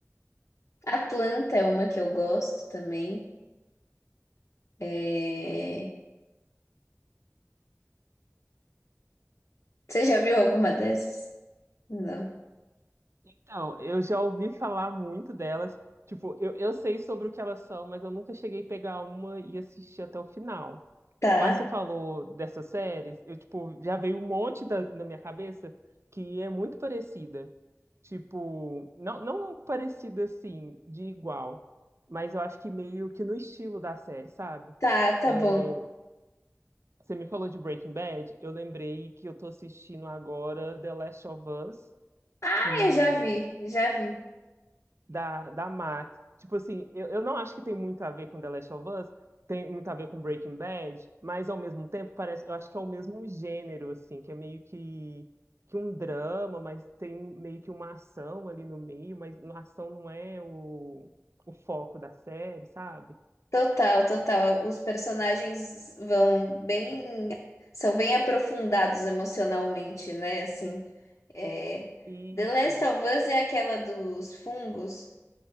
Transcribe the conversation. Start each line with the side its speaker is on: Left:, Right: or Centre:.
Left: Atlanta é uma que eu gosto também. É... Você já viu alguma dessas? Não.
Right: Então, eu já ouvi falar muito delas. Tipo, eu, eu sei sobre o que elas são, mas eu nunca cheguei a pegar uma e assistir até o final.
Left: Tá,
Right: Mas você falou dessas séries, eu, tipo, já veio um monte da- na minha cabeça que é muito parecida. Tipo, não, não parecida assim, de igual, mas eu acho que meio que no estilo da série, sabe?
Left: tá, tá
Right: É,
Left: bom.
Right: você me falou de Breaking Bad, eu lembrei que eu tô assistindo agora The Last of Us,
Left: Ah,
Right: que
Left: eu já vi, já vi.
Right: da, da Max. Tipo assim, eu, eu não acho que tem muito a ver com The Last of Us, tem muito a ver com Breaking Bad, mas ao mesmo tempo parece, eu acho que é o mesmo gênero, assim, que é meio que, que um drama, mas tem meio que uma ação ali no meio, mas a ação não é o, o foco da série, sabe?
Left: Total, total. Os personagens vão bem, são bem aprofundados emocionalmente, né? Assim, é...
Right: Isso,
Left: The Last of Us é aquela dos fungos.